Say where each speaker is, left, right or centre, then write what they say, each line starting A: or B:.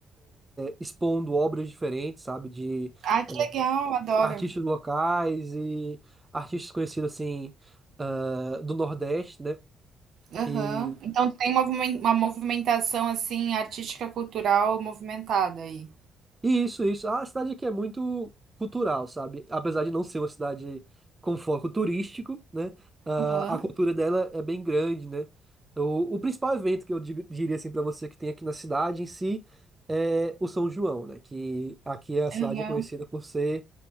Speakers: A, on the right; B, on the right.
A: expondo obras diferentes, sabe? De
B: Ai,
A: é,
B: que legal, adoro.
A: artistas locais e artistas conhecidos, assim, ah, do Nordeste, né?
B: Aham.
A: e
B: Então tem uma, movimen- uma movimentação assim, artística, cultural movimentada aí.
A: Isso, isso. A cidade aqui é muito cultural, sabe? Apesar de não ser uma cidade com foco turístico, né? Ah,
B: Aham.
A: a cultura dela é bem grande, né? O, o principal evento que eu di- diria assim para você que tem aqui na cidade em si é o São João, né? Que aqui a cidade
B: Aham.
A: é conhecida por ser